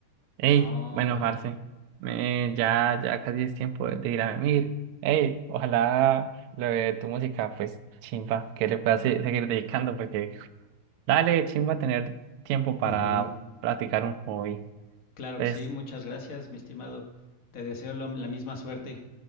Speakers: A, on the right (about 75°); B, on the left (about 55°).
A: Hey,
B: Oh,
A: bueno,
B: vaya.
A: parce, eh, ya, ya casi es tiempo de, de ir a venir. Hey, ojalá lo de tu música, pues, chimba, que le puedas se- seguir dedicando, porque dale, chimba, tener tiempo para
B: Ujú.
A: practicar un hobby.
B: Claro
A: Entonces,
B: que sí, muchas gracias, mi estimado. Te deseo lo- la misma suerte